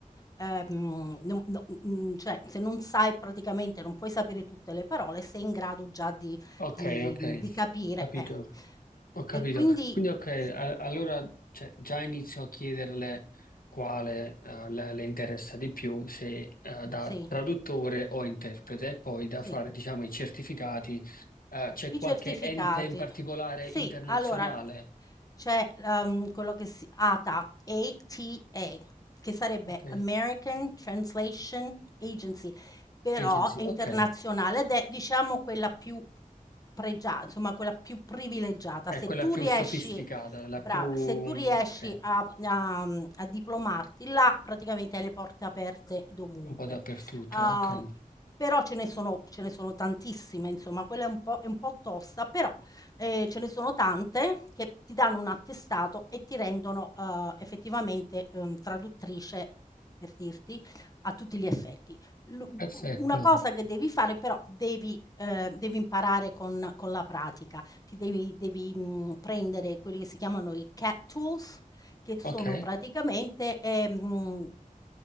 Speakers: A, on the left; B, on the left.
A: ehm, no no mhmm, cioè se non sai praticamente non puoi sapere tutte le parole, sei in grado già di
B: ok,
A: di
B: ok,
A: mhmm, di capire
B: capito,
A: eh.
B: ho capito.
A: E quindi
B: Quindi, ok, a-
A: sì,
B: allora cioè, già inizio a chiederle quale eh, le, le interessa di più, se eh, da
A: sì,
B: traduttore o interprete, e poi da
A: sì.
B: fare, diciamo, i certificati. Eh, c'è
A: I
B: qualche
A: certificati.
B: ente in particolare
A: Sì,
B: internazionale?
A: allora c'è, uhm, quello che si ATA, ATA, che sarebbe
B: Ok,
A: American Translation Agency, però
B: agency,
A: è internazionale
B: ok,
A: ed è diciamo quella più pregia insomma quella più privilegiata.
B: è
A: Se
B: quella
A: tu
B: più
A: riesci
B: sofisticata, la
A: brava,
B: più, mm,
A: se tu riesci
B: ok,
A: a a mhmm, a diplomarti là, praticamente hai le porte aperte dovunque.
B: un po' dappertutto,
A: Uhm,
B: ok,
A: però ce ne sono ce ne sono tantissime, insomma, quella è un po' è un po' tosta, però, ehm, ce ne sono tante che ti danno un attestato e ti rendono, uhm, effettivamente, uhm, traduttrice, per dirti, a tutti gli effetti. Lu
B: perfetto,
A: u una cosa che devi fare però devi ehm, devi imparare con con la pratica. Ti devi devi, mhmm, prendere quelli che si chiamano i CAT tools che sono
B: ok.
A: praticamente, ehm, mhmm,